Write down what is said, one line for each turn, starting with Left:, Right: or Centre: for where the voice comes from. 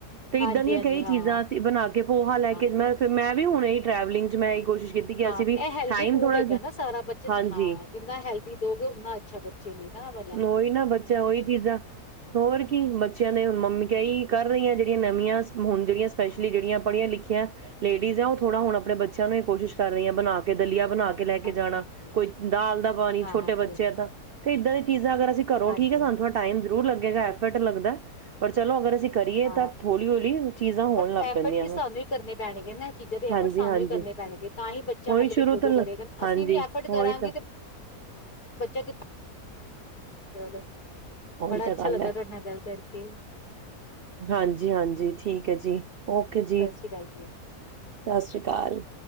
Right: ਤੇ
Left: ਹਾਂਜੀ
Right: ਇੱਦਾਂ ਦੀਆਂ
Left: ਹਾਂਜੀ
Right: ਕਈ
Left: ਹਾਂ
Right: ਚੀਜ਼ਾਂ ਅਸੀਂ ਬਣਾ ਕੇ ਪੋਹਾ ਲੈ
Left: ਹਾਂ
Right: ਕੇ ਮੈਂ ਫਿਰ ਮੈਂ ਵੀ ਹੋਣੇ ਹੀ ਟਰੈਵਲਿੰਗ 'ਚ ਮੈਂ ਇਹੀ ਕੋਸ਼ਿਸ਼ ਕੀਤੀ ਕਿ
Left: ਹਾਂ
Right: ਅਸੀਂ ਵੀ
Left: ਇਹ ਹੈਲਦੀ
Right: ਟਾਈਮ
Left: ਫੂਡ
Right: ਥੋੜਾ
Left: ਹੈਗਾ
Right: ਜਿਹਾ
Left: ਨਾ ਸਾਰਾ ਬੱਚਨ
Right: ਹਾਂਜੀ,
Left: ਹਾਂ ਜਿੰਨਾ ਹੈਲਦੀ ਦਓਗੇ ਉਓਨਾ ਅੱਛਾ ਬੱਚੇ ਲਈ ਨਾਤਬ
Right: ਉਹੀ ਨਾ ਬੱਚਾ ਉਹੀ ਚੀਜ਼ਾਂ ਹੋਰ ਕੀ ਬੱਚਿਆਂ ਨੇ ਹੁਣ ਮੰਮੀ ਕਹੀ ਕਰ ਰਹੀਆਂ ਜ ਨਵੀਆਂ ਹੁਣ ਜਿਹੜੀਆਂ ਸਪੈਸ਼ਲੀ ਜਿਹੜੀਆਂ ਪੜ੍ਹੀਆਂ ਲਿਖੀਆਂ ਲੇਡੀਜ਼ ਆ ਉਹ ਥੋੜਾ ਹੁਣ ਆਪਣੇ ਬੱਚਿਆਂ ਨੂੰ ਇਹ ਕੋਸ਼ਿਸ਼ ਕਰ ਰਹੀਆਂ ਬਣਾ ਕੇ ਦਲਆ ਬਣਾ ਕੇ ਲੈ
Left: ਹਾਂਜੀ
Right: ਕੇ ਜਾਣਾ
Left: ਹਾਂਜੀ
Right: ਕੋਈ ਦਾਲ ਦਾ ਪਾਣੀ
Left: ਹਾਂ
Right: ਛੋਟੇ
Left: ਹਾਂਜੀ
Right: ਬੱਚੇ
Left: ਹਾਂਜੀ
Right: ਆ ਤਾਂ ਇੱਦਾਂ ਦੇ ਅਗਰ ਅਸੀਂੋ
Left: ਹਾਂਜੀ
Right: ਠੀਕ
Left: ਹਾਂਜੀ
Right: ਸਾਨੂੰ ਟਾਈਮ ਜ਼ਰੂਰ ਲੱਦਾ ਐਫਰਟ ਲੱਗਦਾ ਪਰ ਚਲੋ ਅਗਰ ਅਸੀਂ ਕਰੀਏ
Left: ਹਾਂ
Right: ਤਾਂ ਹੌਲੀ-ਹੌਲੀ ਚੀਜ਼ਾਂ
Left: ਪਰ
Right: ਹੋਣ ਲੱਗ
Left: ਐਫਰਟ
Right: ਪੈਂਦੀਆਂ
Left: ਵੀ ਸਾਨੂੰ
Right: ਵਾ।
Left: ਹੀ ਕਰਨੇ ਪੈਣਗੇ ਨਾ ਚੀਜ਼ਾਂ ਦੇ ਐਫਰਟ
Right: ਹਾਂਜੀ-ਹਾਂਜੀ।
Left: ਸਾਨੂੰ ਹੀ ਕਰਨੇ ਪੈਣਗੇ ਤਾਂ ਹੀ ਬੱਚਾ
Right: ਉਹੀ
Left: ਮਤਲਬ
Right: ਸ਼ੁਰੂ
Left: ਉਦੋਂ
Right: ਤੋਂ ਲ
Left: ਕਰੇਗਾ
Right: ਹਾਂਜੀ
Left: ਅਸੀਂ ਵੀ ਐਫਰਟ
Right: ਉਹੀ
Left: ਕਰਾਂਗੇ
Right: ਤਾਂ
Left: ਤੇ ਬੱਚਾ ਕਿਥ ਚਲੋ
Right: ਉਹੀ
Left: ਬੜਾ
Right: ਤਾਂ
Left: ਅੱਛਾ
Right: ਗੱਲ
Left: ਲੱਗਾ
Right: ਹੈ।
Left: ਤੁਹਾਡੇ ਨਾਲ ਗੱਲ ਕਰਕੇ
Right: ਹਾਂਜੀ ਹਾਂਜੀ ਠੀਕ ਹੈ ਜੀ ਓਕੇ ਜੀ
Left: ਸਤਿ ਸ੍ਰੀ
Right: ਸਤਿ
Left: ਅਕਾਲ ਜੀ
Right: ਸ੍ਰੀ ਅਕਾਲ